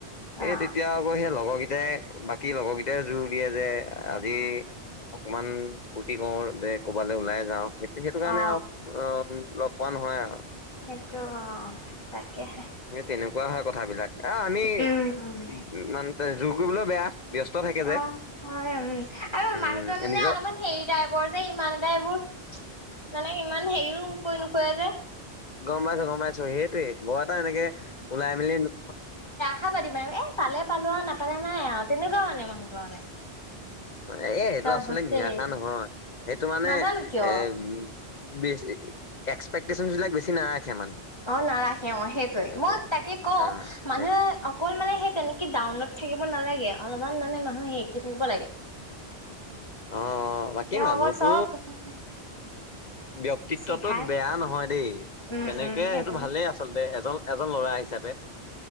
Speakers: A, on the left; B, on the left.
A: এই
B: অ
A: তেতিয়া আকৌ সেই লগৰকেইটাই বাকী লগৰকেইটাই জোৰ দিয়ে যে আজি অকমান ফূৰ্তি কৰো যে ক'বালৈ ওলাই যাওঁ সেইটি সেইটো কাৰণে
B: অ
A: আৰু অ', লগ পোৱা নহয় আৰু।
B: সেইটো অ', তাকেহে।
A: তেনেকুৱা হয় কথাবিলাক আহ আমি--মানে
B: উম উম
A: জোৰ কৰিবলৈ বেয়া। ব্যস্ত থাকে যে।
B: অ', হয়, উম। আৰু
A: উম
B: মানুহজনে
A: নিজৰ
B: অলপমান হেৰিতাই বৰ যে ইমান এটা এইবোৰ, মানে ইমান হেৰিও কৰী নুফুৰে যে।
A: গম্পাইছোঁ-গম্পইছোঁ সেইটোৱে। বৰ এটা এনেকে ওলাই মেলি নো
B: খপাতী এ পালে পালোঁ আৰু নাপালে নাই আৰু তেনেকোৱা মানে মানুহটো মানে।
A: এ সেইটো
B: চব
A: আচলতে
B: বস্তু
A: নিৰাশা
B: এৰি,
A: নহয়, সেইটো মানে
B: নাজানো কিয়।
A: এ ওম বীচ এ এক্সপেক্টেশচন বিলাক বেছি নাৰাখে মানে।
B: অ', নাৰাখে অ', সেইটোয়ে।
A: সেইটোৱে
B: মই তাকে কওঁ
A: অ
B: মানুহে
A: সেই
B: অকল মানে সেই তেনেকে ডাউনত থাকিব নালাগে অলপমান মানে মানুহ হেৰিকে থাকিব লাগে।
A: অ', অ', বাকী
B: তেওঁ
A: মানুহটো
B: আকৌ চব কথা
A: ব্ক্তিত্বতটো
B: চিধাই,
A: বেয়া নহয় দেই,
B: উম,
A: তেনেকে
B: উম,
A: সেইটো
B: উম,
A: ভালেই আচলতে এজন এজন ল'ৰা হিচাপে।